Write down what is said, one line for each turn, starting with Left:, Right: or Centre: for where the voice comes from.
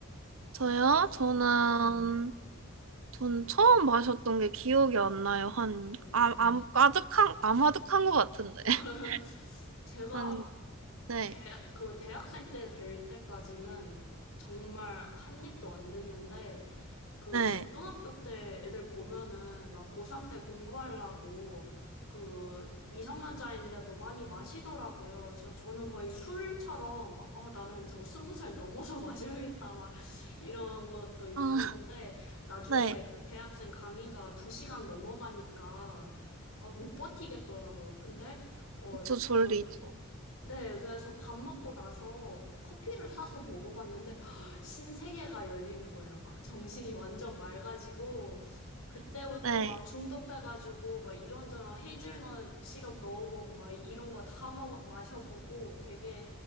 Right: 저요? 저는
Left: 네.
Right: 전 처음 마셨던 게 기억이 안 나요. 한
Left: 어.
Right: 아, 아, 아득한 아마득한 것 같은데.
Left: <laughs>
Right: <laughs>
Left: 제가
Right: 한 네,
Left: 대, 그 대학생 때 될 때까지는 정말 한 입도 안 됐는데 그
Right: 네,
Left: 고등학교 때 애들 보면은 막 고3 때 공부하려고 그 미성년자인데도 많이 마시더라고요. 그래서 저는 거의 술처럼 막, 어, 나는 저거 스무 살 넘어서 <laughs> 마셔야겠다. 막 이런 것도 있었는데
Right: 아,
Left: 나중에
Right: 네,
Left: 그 대학생 강의가 두 시간 넘어가니까 어, 못 버티겠더라고요. 근데 어,
Right: 그쵸, 졸리죠.
Left: 그 네, 그래서 밥 먹고 나서 커피를 사서 먹어봤는데 <gasps> 신세계가 열리는 거예요. 막 정신이 완전 맑아지고 그때부터
Right: 네.
Left: 막 중독돼가지고 막 이런저런 헤이즐넛 시럽 넣어보고 막 이런 거 다 먹 마셔보고 되게